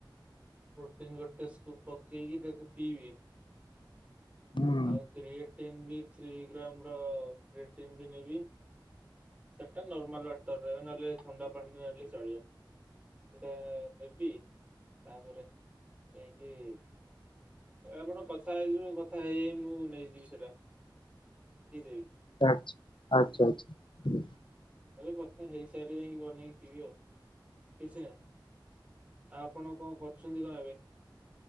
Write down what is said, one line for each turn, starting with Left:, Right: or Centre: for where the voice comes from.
Right: ପ୍ରୋଟିନ୍ ଗୋଟେ ସ୍କୋପ୍ ପକେଇକି ତାକୁ ପିଇବି।
Left: ହୁଁ
Right: ଆଉ କ୍ରିଏଟିନ୍ ବି ଥ୍ରୀ ଗ୍ରାମର୍ ର୍ବ୍ରିଟିଙ୍ଗ୍ ବି ନେବି ସେଟା ନର୍ମାଲ ଅଟେ। ନହେଲେ ଥଣ୍ଡା ପାଣି ନହଲେ ଚଳିବ। ସେଟା ନେବି ତାପରେ ଯାଇଁକି ଆପଣ କଥା ହେଇ କଥା ହେଇଯାଇ ମୁଁ ନେଇଯିବି ସେଇଟା ହେଇଯିବି
Left: ଆଛା ଆଚ୍ଛା ଆଚ୍ଛା।
Right: ଏବେ ଗୋଟେ ହେଇ ସାରିଲେ ହିଁ ବନେଇକି ପିଇବି ଆଉ କିଛି ନାହିଁ। ଆଉ ଆପଣ କଣ କରୁଛନ୍ତି ଗାଁରେ